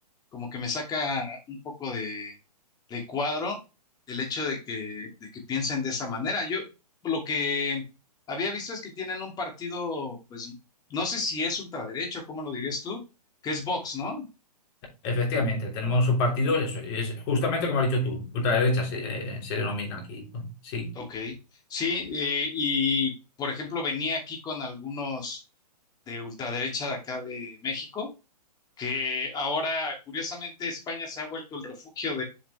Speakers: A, on the left; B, on the left.
A: como que me saca un poco de, de cuadro el hecho de que, de que piensen de esa manera. Yo lo que había visto es que tienen un partido, pues, no sé si es ultraderecho, ¿cómo lo dirías tú? Que es Vox, ¿no?
B: Efectivamente, tenemos un partido, es, es justamente como has dicho tú, ultraderecha se, se denomina aquí, ¿no? Sí.
A: Ok, sí, eh, y por ejemplo venía aquí con algunos de ultraderecha de acá de México, que ahora curiosamente España se ha vuelto el refugio